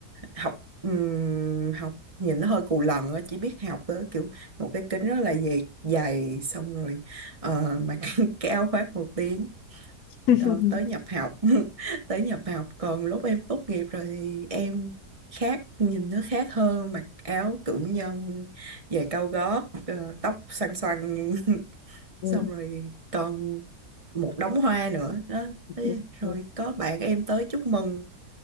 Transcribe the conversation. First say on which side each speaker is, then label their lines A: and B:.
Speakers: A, on the right (about 20°); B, on the left (about 70°).
A: học ừm, học nhìn nó hơi cù lần á, chỉ biết học với kiểu một cái kính rất là dày dày xong rồi ờ, mặc <laughs> cái áo khoác một tí
B: <laughs>
A: Ờ, tới nhập học <laughs> tới nhập học còn lúc em tốt nghiệp rồi thì em khác nhìn nó khác hơn mặc áo cử nhân giày cao gót ờ, tóc xoăn xoăn <laughs>
B: Ừ.
A: xong rồi còn một đống hoa nữa đó Thế
B: Ừ.
A: rồi
B: Ừ.
A: có bạn em tới chúc mừng